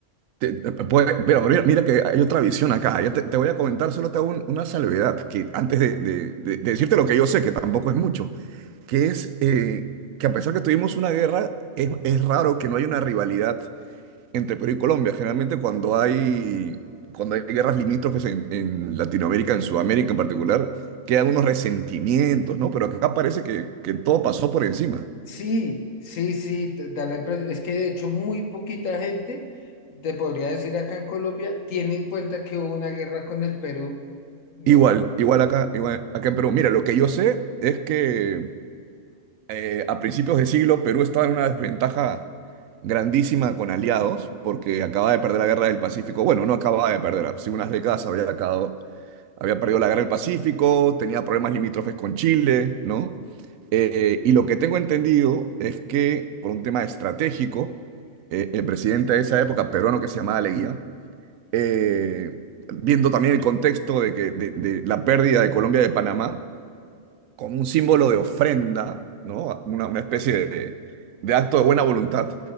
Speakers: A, on the right; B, on the left.
A: Te- te- puede- pero mira, mira que hay otra visión acá. Yo te, te voy a comentar, solo te hago un- una salvedad, que antes de, de- de- de decirte lo que yo sé, que tampoco es mucho, que es eh, que a pesar que tuvimos una guerra, es, es raro que no haya una rivalidad. entre Perú y Colombia. Generalmente cuando hay, cuando hay guerras limítrofes en, en Latinoamérica, en Sudamérica en particular, quedan unos resentimientos, ¿no? Pero acá parece que, que todo pasó por encima.
B: Sí, sí, sí, te da la impresión. Es que de hecho muy poquita gente, te podría decir acá en Colombia, tiene en cuenta que hubo una guerra con el Perú. Eh,
A: Igual, igual acá, igual acá en Perú. Mira, lo que yo sé es que eh, a principios de siglo Perú estaba en una desventaja grandísima con aliados porque acababa de perder la guerra del Pacífico. Bueno, no acababa de perder, hace unas décadas había acabado, había perdido la guerra del Pacífico, tenía problemas limítrofes con Chile, ¿no? Eh, y lo que tengo entendido es que por un tema estratégico, eh, el presidente de esa época, peruano que se llamaba Leguía, eh, viendo también el contexto de, que, de, de la pérdida de Colombia y de Panamá, como un símbolo de ofrenda, ¿no? Una, una especie de, de acto de buena voluntad,